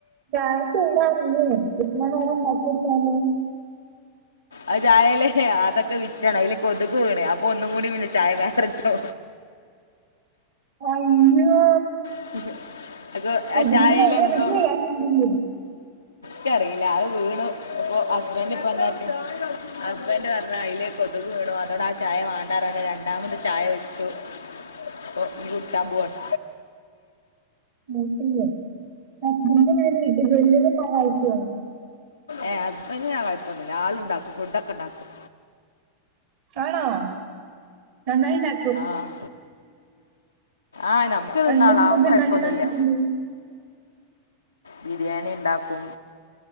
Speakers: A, on the right; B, on the left.
A: ചായ ചൂടാറൂല്ലേ ഇത്ര നേരം ഇണ്ടാക്കി വെച്ചാല്?
B: അത് ചായെല്ലേ അതൊക്കെ വിറ്റാണ്, അയില് കൊതുക് വീണെ, അപ്പൊ ഒന്നും കൂടി <unintelligible> ചായ വേറെ ട്ടോ.
A: അയ്യോ
B: <unintelligible>
A: കൊതുകിന്
B: ആഹ് ചായെലെന്തോ
A: വേറെ എവിടെ വീഴാനുണ്ടെങ്കിൽ
B: ക്കറീല്ല അത് വീണു ഇപ്പൊ ഹസ്ബൻഡ് ഇപ്പന്താട്ടി ഹസ്ബൻഡ് പർഞ്ഞ് അയില് കൊത് തിക് വീണു അതോണ്ടാ ചായ വാണ്ടാറാണ്ട് രണ്ടാമത് ചായ വെച്ചു ഇപ്പോ ടി കുട്ച്ചാമ്പൊവാണ്
A: ഉം ഉം ഹസ്ബന്റെങ്ങനെ വീട്ട്ജോലീലോക്കെ സഹായിക്ക്വോ
B: ഏഹ് ഹസ്ബന്റിനാ കൊയ്പ്പൊന്നൂല ആളിണ്ടാക്കും ഫുഡ്ഡൊക്കെണ്ടാക്കും
A: ആണോ നന്നായിണ്ടാ
B: ആഹ് ആഹ് നംക്ക് നിന്നാളാം
A: എന്തൊക്കെ ഫുഡ്
B: കൊയ്പ്പൊന്നുല്ല
A: ഉണ്ടാക്കി തന്നിട്ടുണ്ട്
B: ബിരിയാണിണ്ടാക്കും